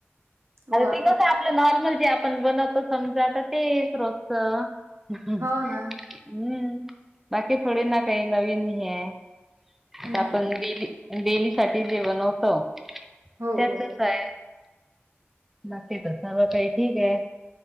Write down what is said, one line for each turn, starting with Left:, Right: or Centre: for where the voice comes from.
Right: वाह!
Centre: ते कसं ए आपलं नॉर्मल जे आपण बनवतो समजा आता तेच रोजचं. हम्.
Right: हो ना.
Centre: बाकी थोडी ना काही नवीन हे. आता
Right: नाही.
Centre: आपण गेली डेली साठी जेवण होतं.
Right: हो,
Centre: त्याचंच
Right: हो.
Centre: आए. बाकी त सर्व काही ठीक ए.